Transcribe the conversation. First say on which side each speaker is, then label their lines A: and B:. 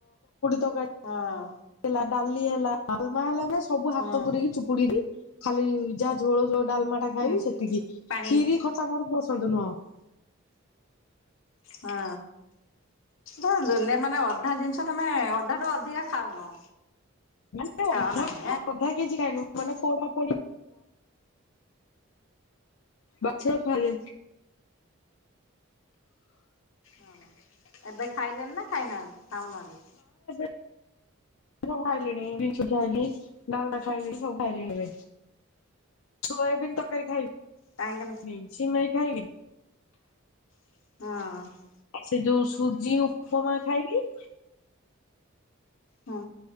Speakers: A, on the left (about 90°); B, on the left (about 70°).
A: ତରକାରୀ
B: ହଁ।
A: ହେଲା ଡାଲି ହେଲା ଡାଲମା ହେଲା ସବୁ ହାତ
B: ହଁ
A: ପୁରି ଚୁପୁଡିରେ ଖାଲି ଯାହାଝୋଳୋ ଡାଲମାଟା ଖାଇବି
B: ହୁଁ
A: ସେତିକି
B: ପାଣି
A: ଖ୍ଷୀରି ଖଟା ବରକୁ ବସନ୍ତୁ ନୁହଁ।
B: ହଁ ଧ। ଦୁନେ ମାନେ ଅଧା ଜିନିଷ ତମେ ଅଧା ଟୁ ଅଧିକା ଖାଉନ।
A: ମାନେ
B: ଖାଅ
A: ଅଧା
B: ନାହିଁ
A: ଅଧା କେଜି ଖାଇୁ ମାନେ ପୋଡା ପୋଡି ବାଛା ଖଲ।
B: ହଁ ଏବେ ଖାଇଲେନି ନା ଖାଇନାହାନ୍ତି ଖାଉନାହାନ୍ତି?
A: <inaudible> ସବୁ ଖାଇଲିଣି ବିଛୁ ଖାଇଲି ଡାଲ ଖାଇଲିଣି ସବୁ ଖାଇଲିଣି ଏବେ। ସୋୟାବିନ୍ ତରକାରୀ ଖାଇବି
B: କାହିଁକି
A: ସିମାଇ ଖାଇବି।
B: ହଁ।
A: ଆ ସେ ଯୋଉ ସୁବଜି ଉପମା ଖାଇବି।
B: ହଁ।